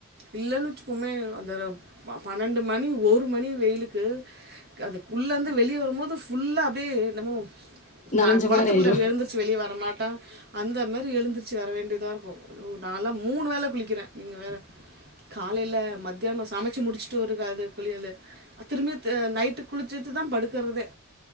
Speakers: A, on the right; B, on the left.
A: இல்லன்னு வச்சுக்கோமே அந்த பனெண்டு மணி ஒரு மணி வெயிலுக்கு அதுகுள்ள இருந்து வெளிய வரும்போது ஃபுல்லா அப்டியே என்னமோ
B: நனஞ்ச
A: க குளத்துக்குள்ள
B: மாரி ஆயிரு
A: எப்டி எழுந்திரு ச்சு வெளிய வரமாட்டோ அந்த மாரி எழுந்துருச்சு வர வேண்டியதா இருக்கு நாலா மூணு வேல குளிக்கிறே நீங்க வேற காலேல மத்தியானோ சமச்சு முடிச்சிட்டு ஒருக்கா குளியலு திரும்பி நைட்டு குளிச்சுட்டு தா படுக்குறதே